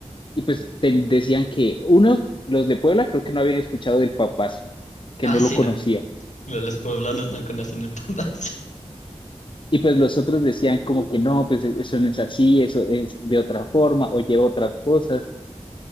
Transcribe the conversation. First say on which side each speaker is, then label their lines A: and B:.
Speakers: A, on the left; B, on the left.
A: y pues te decían que unos, los de Puebla, creo que no habían escuchado del papazo, que
B: ah,
A: no lo
B: sí,
A: conocía.
B: no, no, los poblanos
A: Y,
B: no conocen el <laughs> pambazo.
A: y pues los otros decían como que no, pues eso no es así, eso es de otra forma o lleva otras cosas.